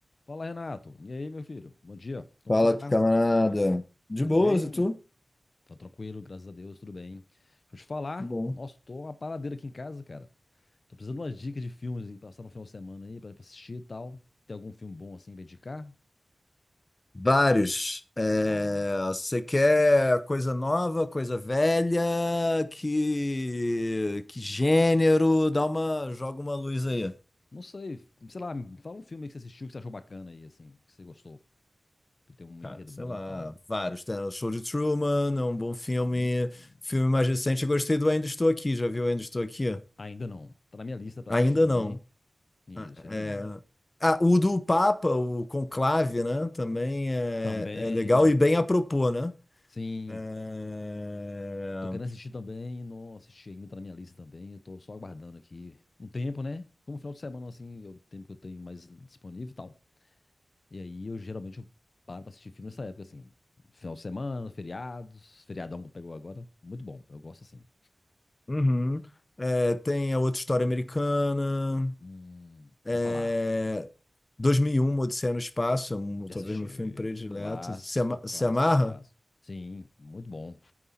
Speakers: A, on the left; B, on the left.
A: Fala, Renato. E aí, meu filho? Bom dia. Como
B: Fala,
A: você tá?
B: camarada. De
A: Tudo
B: boas,
A: bem?
B: e tu?
A: Tá tranquilo, graças a Deus, tudo bem. Deixa eu te falar.
B: Bom.
A: Nossa, tô uma paradeira aqui em casa, cara. Tô precisando de umas dicas de filmes aí, passar no final de semana aí pra pra assistir e tal. Tem algum filme bom assim pra indicar?
B: Vários. É,
A: Ó.
B: você quer coisa nova, coisa velha? Que, que gênero? Dá uma, joga uma luz aí.
A: Não sei. Sei lá, me fala um filme aí que você assistiu que você achou bacana aí, assim, que você gostou. Que tem um
B: Cara,
A: enredo
B: sei
A: bom
B: lá,
A: e tal.
B: vários. Tem o Show de Truman, é um bom filme.
A: Hum,
B: Filme mais recente, eu gostei do Ainda Estou Aqui. Já viu Ainda Estou Aqui?
A: Ainda não. Tá na minha lista pra
B: Ainda
A: assistir também.
B: não.
A: Isso,
B: Ah,
A: ainda
B: é-
A: não.
B: ah, o do Papa, o Conclave, né? Também é,
A: Também.
B: é legal e bem apropos, né?
A: Sim.
B: É...
A: Tô querendo assistir também, não assisti ainda, tá na minha lista também. Eu tô só aguardando aqui um tempo, né? Como final de semana, assim, é o tempo que eu tenho mais disponível e tal. E aí eu geralmente eu paro pra assistir filme nessa época, assim. Final de semana, feriados, feriadão que pegou agora. Muito bom, eu gosto assim.
B: Uhum. É, tem a outra história americana.
A: Hum, já
B: É...
A: ouvi falar,
B: 2001, Uma Odisseia no Espaço, é um- talvez
A: já assisti.
B: meu filme predileto.
A: Clássico,
B: Se, ama-
A: clássico,
B: se amarra?
A: clássico. Sim, muito bom.